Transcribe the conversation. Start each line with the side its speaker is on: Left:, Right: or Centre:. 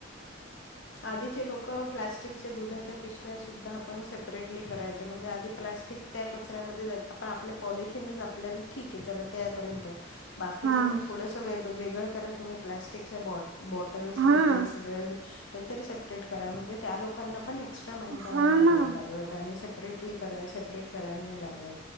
Left: आदीचे लोकं प्लॅस्टिकचे दुधाच्या पिशव्या सुद्धा आपण सेपरेटली करायचे म्हणजे आदी प्लस्टिक त्या कचऱ्यामध्ये जायेत आपण आपल्या पॉलिथिनचं आपल्याला ठीक आहे चल त्यापर्यंत बाकीचं
Right: हा
Left: तर थोडंसं वेग वेगळं करा तुम्ही प्लास्टिकच्या बॉट बॉट टल्स
Right: हा
Left: हे ते सगळं ते तरी सेप्रेट करा, म्हणजे त्या लोकांना पण एक्स स्ट्रा मॅनपाॉवर
Right: हा
Left: नाही
Right: ना
Left: द्यायला लागत आणि सेपरेटली कराय सेपरेट करायला नाही लागत.